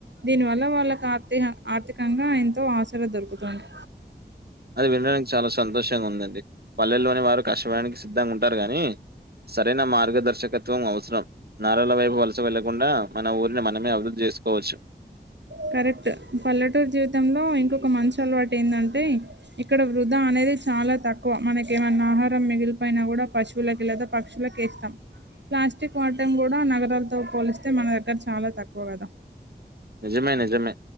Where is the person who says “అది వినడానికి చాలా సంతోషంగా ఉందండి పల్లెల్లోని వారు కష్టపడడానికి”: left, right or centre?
Right